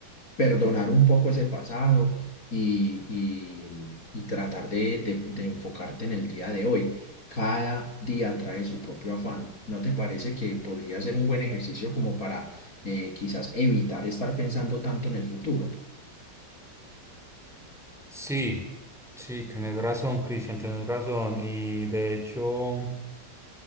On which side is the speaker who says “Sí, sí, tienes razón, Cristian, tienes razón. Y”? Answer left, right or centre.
Centre